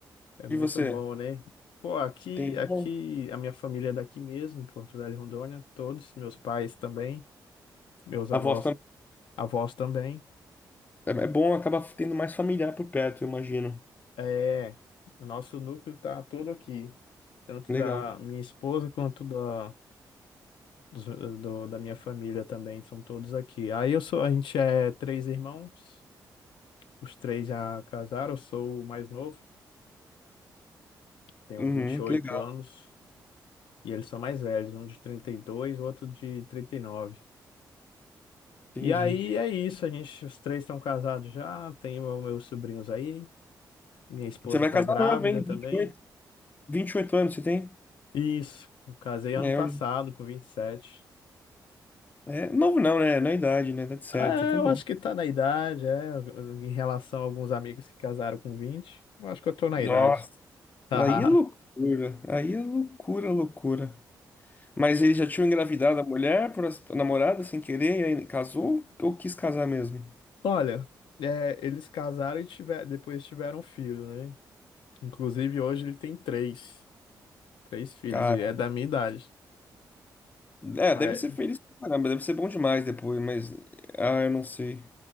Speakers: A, on the left (about 75°); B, on the left (about 20°).
A: É muito
B: E você?
A: bom, né? Pô, aqui,
B: Tem irmão?
A: aqui, a minha família é daqui mesmo, de Porto Velho e Rondônia, todos, meus pais também, meus
B: A
A: avós,
B: voz
A: avós também.
B: É, é bom, acaba tendo mais familiar por perto, eu imagino.
A: É, o nosso núcleo tá todo aqui, tanto
B: Legal.
A: da minha esposa quanto da, dos- do- da minha família também, são todos aqui. Aí eu sou, a gente é três irmãos, os três já casaram, eu sou o mais novo, tenho
B: Uhum,
A: vinte e oito
B: que legal,
A: anos, e eles são mais velhos, um de 32, o outro de trinta E nove.
B: entendi.
A: E aí é isso, a gente, os três estão casados já, tenho meus sobrinhos aí, minha esposa
B: Você vai
A: tá
B: casar
A: grávida
B: novo, hein?
A: também.
B: vinte e oito vinte e oito anos você tem?
A: Isso, eu casei ano
B: É,
A: passado,
B: eu-
A: com 27.
B: é, novo não, né? Na idade, né? Tá certo,
A: É,
B: tá
A: eu
B: bom.
A: acho que tá na idade, é. Em relação a alguns amigos que casaram com 20, eu acho que eu tô na
B: Nossa,
A: idade. <laughs>
B: aí é loucura. Aí é loucura, loucura. Mas ele já tinha engravidado a mulher por as- a namorada sem querer, e aí casou ou quis casar mesmo?
A: Olha, é, eles casaram e tiver, depois tiveram um filho, né? Inclusive, hoje ele tem três. Três filhos,
B: Cara,
A: e é da minha idade.
B: é,
A: Mas
B: deve ser feliz pra caramba, deve ser bom demais depois, mas. Ah, eu não sei.